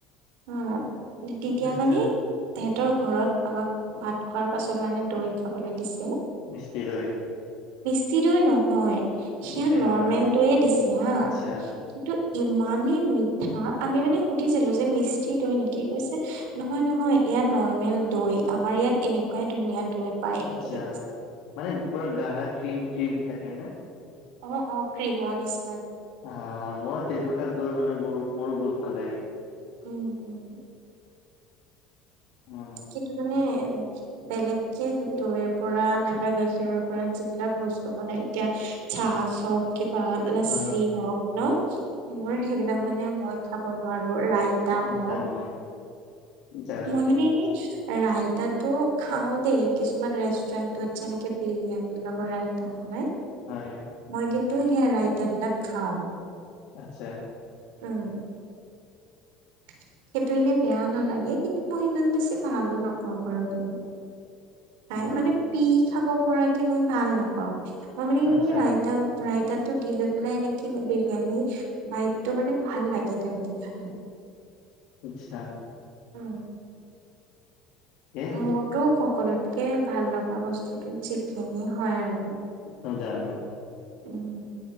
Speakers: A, on the right (about 85°); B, on the left (about 65°).
A: অ তেতিয়া
B: আচ্ছা
A: মানে তেহতৰ ঘৰত আমাক ভাত খোৱাৰ পাছত মানে দৈ খাবলৈ দিছে
B: মিস্তি দৈ
A: মিষ্টি দৈ নহয় সেয়া
B: টেঙা
A: নৰ্মেল
B: দৈ
A: দৈয়ে দিছে হা
B: আচ্ছা
A: কিন্তু ইমানে মি <inaudible> হা আমি মানে সুধিছিলো যে মিস্তি দৈ নেকি কৈছে নহয় নহয় এয়া নৰ্মেল দৈ আমাৰ ইয়াত এনেকুৱাই ধুনীয়া দৈ পায়
B: আচছা
A: এনেকে
B: মানে পুৰা গাৰহা ক্ৰীম ক্ৰীম থাকে নে
A: অ অ ক্ৰীমৰ নিছি <inaudible>
B: হা মই তেনেকুৱা দৈ মানে মোৰ মোৰো বহুত ভাল লাগে
A: উম উম
B: উম।
A: কিন্তু মানে বেলেগকে দৈৰ পৰা নাইবা গাখীৰৰ পৰা যিবিলাক বস্তু বনাই এতিয়া চাহ চব <inaudible> বা লাচঁচি
B: অ
A: হওক ন মোৰ সেইবিলাক মানে মই খাব নোৱাৰো ৰাইতা
B: <inaudible>
A: হওক
B: জানো
A: মানে ৰাইতাটো খাও দেই কিছুমান ৰেষ্টুৰেণ্টত যেনেকে বিৰিয়ানীৰ লগত ৰাইতা বনাই
B: হয়
A: মই কিন্তু সেই ৰাইতা বিলাক খাওঁ
B: আত্ছা
A: উম <inaudible> সেইটো এনেই বেয়া নালাগে কিন্তু মই ইমান বেছি ভালো নাপাওঁ বাৰু কিন খাই
B: উম।
A: মানে পি খাব পৰাকে মই ভাল নাপাওঁ ময় মানে এনে
B: আচ্ছা
A: ৰাইতা ৰাইতাত টো দি লৈ পেলাই এনেকে বিৰিয়ানী বাইতটো মানে ভাল লাগে তেনেকে খালে
B: আচ্ছা
A: অ
B: এ
A: মোৰতটো সকলোতকে ভাল লগা বস্তুতটো চিকেনি হয় আৰু
B: <unintelligible>
A: উম